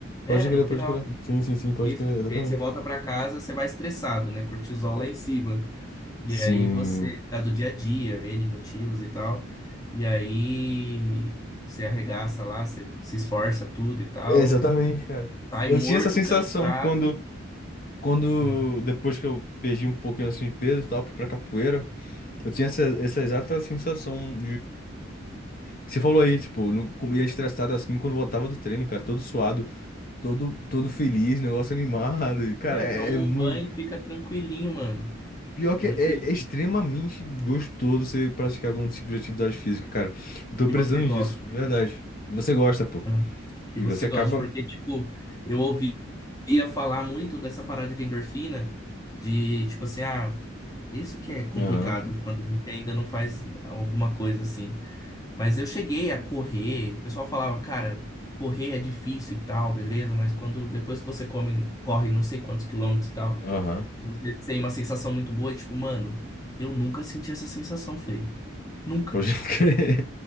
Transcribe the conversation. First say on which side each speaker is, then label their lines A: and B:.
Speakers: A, on the left; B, on the left.
A: Pode
B: É,
A: crer,
B: no final.
A: pode crer. Sim, sim, sim, pode
B: Isso,
A: crer,
B: porque
A: exatamente.
B: aí você volta para casa, você vai estressado, né? Cortisol lá em cima. E
A: Sim.
B: aí você, por causa do dia a dia, N motivos e tal. E aí você arregaça lá, você se esforça tudo e tal.
A: É, Exatamente, cara.
B: Sai
A: Eu
B: morto,
A: tinha essa sensação
B: cansado.
A: quando, quando,
B: Hum.
A: depois que eu perdi um pouquinho, assim, de peso e tal, fui pra capoeira, eu tinha essa, essa exata sensação que Você falou aí, tipo, não comia estressado assim quando voltava do treino, cara, todo suado, todo, todo feliz, negócio animado. E, cara,
B: É,
A: é,
B: toma
A: é muito.
B: um banho e fica tranquilinho, mano.
A: Pior que
B: Tranquilinho.
A: é, é é extremamente gostoso você praticar algum tipo de atividade física, cara. Eu tô
B: Que
A: precisando
B: você gosta.
A: disso, verdade. E você gosta, pô.
B: hum. Que
A: E
B: você
A: você acaba.
B: gosta. Porque, tipo, eu ouvia falar muito dessa parada de endorfina, de tipo assim, ah, isso que é complicado
A: Aham,
B: quando a gente ainda não faz alguma coisa assim. Mas eu cheguei a correr, o pessoal falava, cara, correr é difícil e tal, beleza, mas quando depois que você come, corre não sei quantos quilômetros e tal,
A: aham.
B: tu- você tem uma sensação muito boa e tipo, mano, eu nunca senti essa sensação, Fê. Nunca.
A: Pode <laughs> crer.